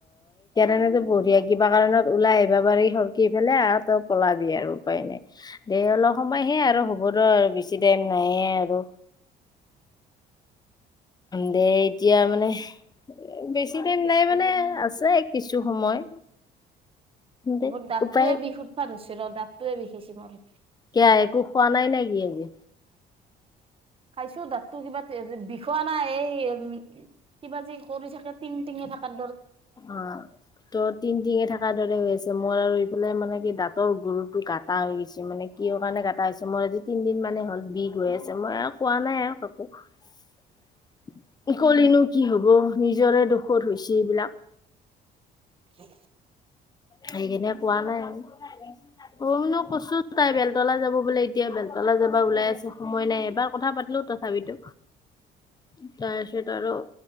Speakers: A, on the left; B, on the right.
A: ো <unintelligible> বঢ়িয়া কিবা কাৰণত ওলাই আহিব পাৰি সৰকি পেলাই আৰু তই পলাবি আৰু উপায় নাই অলপ সময়হে আৰু হ'বতো আৰু বেছি টাইম নাই আৰু দে এতিয়া মানে বেছি দিন নাই মানে আছে কিছু সময় দে
B: মোৰ দাঁতটোৱে
A: উপায়
B: বিষ উঠিব ধৰিছে ৰ দাঁতটোয়ে বিষাইছে মোৰ
A: কিয় একো খোৱা নাই নেকি আজি
B: খাইছো দাতটো কিবা বিষোৱা নাই এই উম কিবা যি কৰি থাকে টিং টিঙে থাকাত
A: অ ত' তিনটিঙে থকাৰ দৰে হৈ আছে মোৰ আৰু বোলে মানে কি দাঁতৰ গৰুতটো <unintelligible> গাটা হৈ গৈছে মানে কি কাৰণে গাটা হৈছে মোৰ আজি তিনদিন মানে হ'ল বিষ গৈ আছে মই কোৱা নাই আৰু কাকো
B: উম
A: কলিনো কি হব নিজৰে দুখত হৈছে বিলাক
B: হ
A: সেইখিনিয় কোৱা নাই ম কছো তাই বেলতলা যাব বোলে এতিয়া বেলতলা যাবা ওলাই আছো সময় নাই এবাৰ কথা পাতিলো তথাপিতো <unintelligible> তাৰপিছত আৰু